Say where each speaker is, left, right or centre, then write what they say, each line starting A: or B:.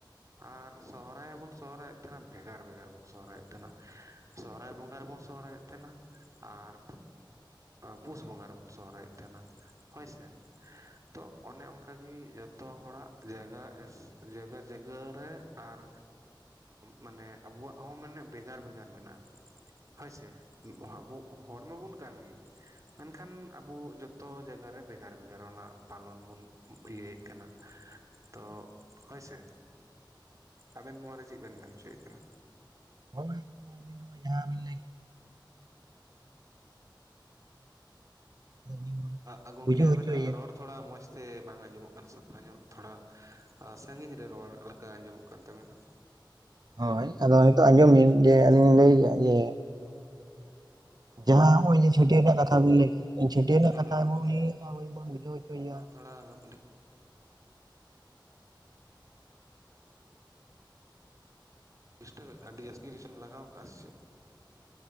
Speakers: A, on the right; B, on the right.
A: ᱟᱨ ᱥᱚᱦᱦᱟᱭ ᱦᱚᱸᱵᱚᱱ ᱥᱚᱦᱨᱟᱭᱮᱫ ᱛᱟᱦᱮᱱᱟ ᱵᱷᱮᱜᱟᱨ ᱵᱷᱮᱜᱟᱨ ᱵᱚᱱ ᱥᱚᱦᱨᱟᱭᱮᱫ ᱛᱟᱦᱮᱱᱟ ᱥᱚᱦᱨᱟᱭ ᱵᱚᱸᱜᱟ ᱨᱮᱵᱚᱱ ᱥᱚᱦᱨᱟᱭᱮᱫ ᱛᱟᱦᱮᱱᱟ ᱟᱨ ᱯᱩᱥ ᱵᱚᱸᱜᱟ ᱨᱮᱵᱚᱱ ᱥᱚᱦᱨᱟᱭᱮᱫ ᱛᱟᱸᱦᱮᱱᱟ ᱦᱳᱭ ᱥᱮ ᱛᱚ ᱚᱱᱮ ᱚᱱᱠᱟᱜᱮ ᱡᱚᱛᱚ ᱦᱚᱲᱟᱜ ᱡᱟᱭᱜᱟ ᱡᱟᱭᱜᱟ ᱡᱟᱭᱜᱟ ᱨᱮ ᱟᱨ ᱢᱟᱱᱮ ᱟᱵᱚᱣᱟᱜ ᱦᱚᱸ ᱢᱟᱱᱮ ᱵᱷᱮᱜᱟᱨ ᱵᱷᱮᱜᱟᱨ ᱢᱮᱱᱟᱜᱼᱟ ᱦᱳᱭ ᱥᱮ ᱟᱵᱚ ᱦᱚᱲ ᱢᱟᱵᱚᱱ ᱠᱟᱱ ᱜᱮ ᱢᱮᱱᱠᱷᱟᱱ ᱟᱵᱚ ᱡᱚᱛᱚ ᱡᱟᱭᱜᱟᱮ ᱵᱷᱮᱜᱟᱨ ᱵᱷᱮᱜᱟᱨ ᱚᱱᱟ ᱯᱟᱞᱚᱱ ᱵᱚᱱ ᱤᱭᱟᱹᱭᱮᱫ ᱠᱟᱱᱟ ᱛᱚ ᱦᱳᱭ ᱥᱮ ᱟᱵᱮᱱ ᱱᱚᱣᱟ ᱨᱮ ᱪᱮᱫ ᱵᱮᱱ ᱢᱮᱱ ᱦᱚᱪᱚᱭᱮᱫ ᱠᱟᱱᱟ
B: ᱦᱳᱭ ᱟᱵᱤᱱ ᱦᱚᱸᱜ ᱡᱟᱦᱟᱸᱤᱱ ᱞᱟᱹᱭ ᱠᱮᱫ <unintelligible> <unintelligible>
A: ᱟ ᱜᱚᱝᱠᱮ
B: ᱵᱩᱡᱷᱟᱹᱣ
A: ᱟᱵᱮᱱᱟᱜ
B: ᱦᱚᱪᱚᱭᱮᱭᱟ
A: ᱨᱚᱲ ᱛᱷᱚᱲᱟ ᱢᱚᱸᱡᱽ ᱛᱮ ᱵᱟᱝ ᱟᱸᱡᱚᱢᱚᱜ ᱠᱟᱱᱟ ᱥᱟᱯᱷᱟ ᱧᱚᱜ ᱛᱷᱚᱲᱟ ᱥᱟᱺᱜᱤᱧ ᱨᱮ ᱨᱚᱲ ᱞᱮᱠᱟ ᱟᱸᱡᱚᱢᱚᱜ ᱠᱟᱱ ᱛᱟᱵᱮᱱᱟ
B: ᱦᱳᱭ ᱟᱫᱚ ᱱᱤᱛᱳᱜ ᱟᱸᱡᱚᱢ ᱵᱤᱱ ᱡᱮ ᱟᱹᱞᱤᱧ ᱞᱤᱧ ᱞᱟᱹᱭ ᱮᱫᱟ ᱡᱮ ᱡᱟᱦᱟᱸ ᱚᱭ ᱡᱮ ᱪᱷᱟᱹᱴᱭᱟᱹᱨ ᱨᱮᱭᱟᱜ ᱠᱟᱛᱷᱟ ᱵᱤᱱ ᱞᱟᱹᱭ ᱠᱮᱫ ᱪᱷᱟᱹᱴᱭᱟᱹᱨ ᱨᱮᱱᱟᱜ
A: ᱦᱮᱞᱳ
B: ᱠᱟᱛᱷᱟ ᱩᱱᱤ ᱟᱵᱚᱭ ᱵᱚᱱ ᱵᱩᱡᱷᱟᱹᱣᱪᱮᱭᱟ
A: ᱛᱚᱲᱟ ᱰᱤᱥᱴᱚᱵ <unintelligible> ᱪᱮᱫ